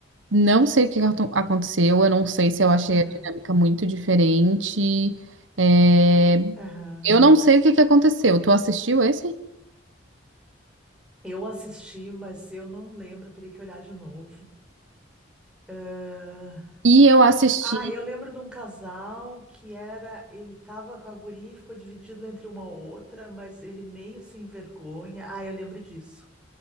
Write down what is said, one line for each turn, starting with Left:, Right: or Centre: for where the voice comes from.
Right: Não sei o que aco- aconteceu, eu não sei se eu achei
Centre: aham,
Right: a dinâmica muito diferente. É,
Centre: aham.
Right: eu não sei o que que aconteceu. Tu assistiu esse?
Centre: Eu assisti, mas eu não lembro, eu teria que olhar de novo. Ah,
Right: E eu assisti
Centre: ah, eu lembro de um casal que era. Ele tava com a guria e ficou dividido entre uma outra, mas ele meio sem vergonha. Ah, eu lembro disso.